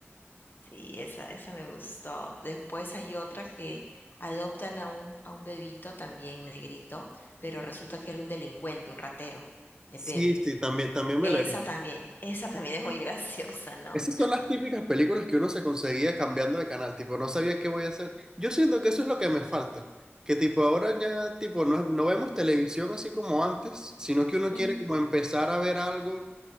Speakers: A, on the left; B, on the right.
A: Sí, esa, esa me gustó. Después hay otra que adoptan a un, a un bebito también negrito, pero resulta que era un delincuente, un ratero, el
B: Sí,
A: bebé.
B: sí, también, también me
A: Esa
B: la vi.
A: también, esa también es muy graciosa, ¿no?
B: Esas son las típicas películas que uno se conseguía cambiando de canal, tipo, no sabía qué voy a hacer. Yo siento que eso es lo que me falta, que tipo, ahora ya, tipo, no, no vemos televisión así como antes, sino que uno quiere
A: Ujú.
B: como empezar a ver algo